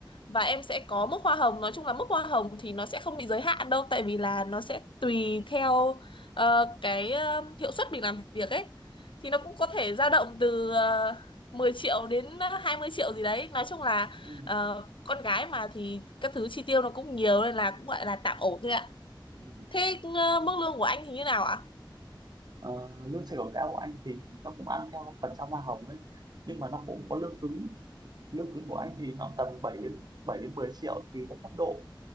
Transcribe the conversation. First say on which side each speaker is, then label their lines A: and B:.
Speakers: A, on the left; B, on the right.
A: và em sẽ có mức hoa hồng nói chung là mức hoa hồng thì nó sẽ không bị giới hạn đâu tại vì là nó sẽ tùy theo ờ, cái ờ, hiệu suất mình làm việc ấy. Thì nó cũng có thể dao động từ ờ, 10 triệu đến ờ, 20 triệu gì đấy. Nói chung là
B: Ừ.
A: ờ, con gái mà thì các thứ chi tiêu nó cũng nhiều nên là cũng gọi là tạm ổn thôi ạ
B: Ừ.
A: thế ờ, mức lương của anh thì như nào ạ
B: Ờ, lương sale cao của anh thì nó cũng ăn theo phần trăm hoa hồng ấy nhưng mà nó cũng có lương cứng lương cứng của anh thì nó tầm bảy đến bảy đến mười triệu tùy theo cấp độ